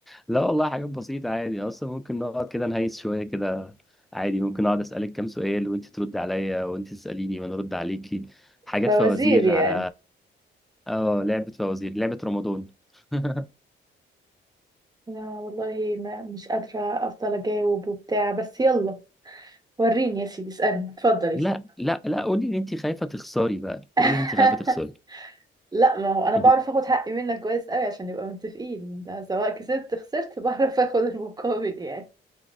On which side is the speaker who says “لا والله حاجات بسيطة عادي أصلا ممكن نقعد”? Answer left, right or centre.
Centre